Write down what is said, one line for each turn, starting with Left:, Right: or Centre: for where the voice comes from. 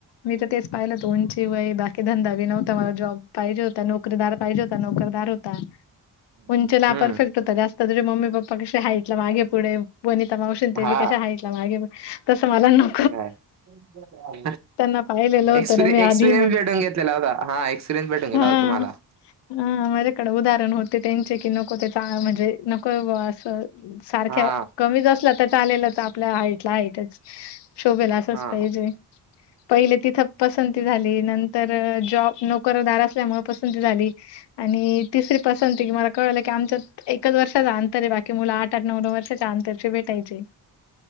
Left: मी तर तेच पाहिलं होत. उंची, वय बाकीधंदा बी नव्हता, मला जॉब पाहिजे होता. नो नोकरीदार पाहिजे होता. नोकरदार होता.
Right: <inaudible>
Left: उंचेेला
Right: हम्म
Left: परफेक्ट होता जास्त्. तुझे मम्मी पप्पा कसे हईटला मागे पुढे. वनिता मावशीन ते
Right: हा
Left: बी कशे हाईटला मागे. तस मला नव
Right: काय <inaudible>
Left: त्यांना पाहिलेलं होतं
Right: एक्स
Left: ना
Right: एक्सपिरियंस
Left: मी आधी मग
Right: भेटून घेतलेला होता. हा एक्सपिरय्स भेटून गेला
Left: हा
Right: होता तम्हाला.
Left: हा माझ्याकडें उदाहरण होते त्यांचे. की नको तेचा म्हणजे नकोय बा असं. सारख्या
Right: हा
Left: कमीच असल्या त चालेलच. आपल्या हईटला हईटच. शोभेल असंच
Right: हा
Left: पाहिजे.
Right: <inaudible>
Left: पहिले तिथं पसंती झाली. नंतर जॉब नोकरदार असल्यामुळे पसंती झाली. आणि तिसरी पसंती की मला कळलं की, आमच्यात एकच वर्षाचा अंतरे. बाकी मुलं आठ नऊ नऊ वर्षाच्या अंतरचे भेटायचे.